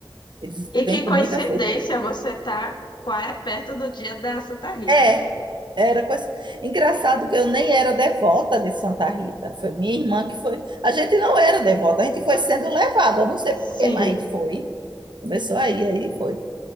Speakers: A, on the right; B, on the left.
A: Eles
B: E
A: vêm
B: que coincidência,
A: com muita flor.
B: você tá qua- perto do dia da Santa Rita.
A: É, era coisa. Engraçado que eu nem era devota de Santa Rita. Foi minha irmã que foi. A gente não era devota, a gente foi sendo levada, eu não sei
B: Sim.
A: por quê, mas a gente foi. Começou aí, aí foi.